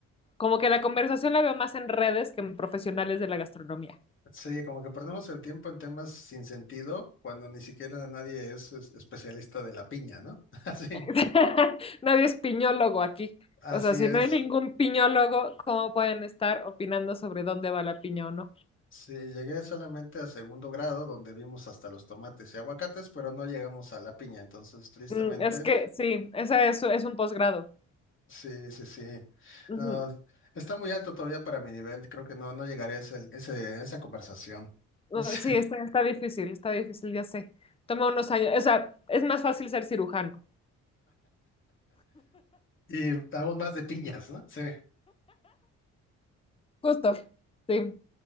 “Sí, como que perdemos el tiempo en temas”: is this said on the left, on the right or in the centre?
Left